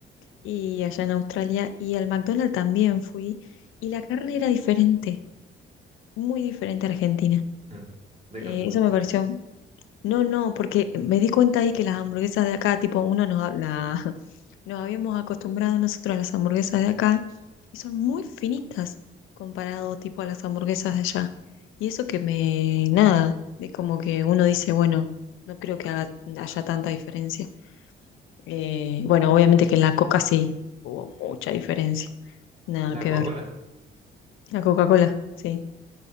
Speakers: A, on the left; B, on the right.
A: Y allá en Australia. Y al McDonald's también fui. Y la carne era diferente, muy diferente a Argentina.
B: <laughs> De
A: Eh,
B: canguro.
A: eso me pareció. No, no, porque me di cuenta ahí que las hamburguesas de acá, tipo, uno nos habla Nos habíamos acostumbrado nosotros a las hamburguesas de acá y son muy finitas comparado tipo a las hamburguesas de allá. Y eso que me, nada, de como que uno dice, bueno, no creo que haga- haya tanta diferencia. Eh, bueno, obviamente que en la Coca sí hubo mucha diferencia. Nada
B: La
A: que
B: Coca-Cola
A: ver. La Coca-Cola, sí,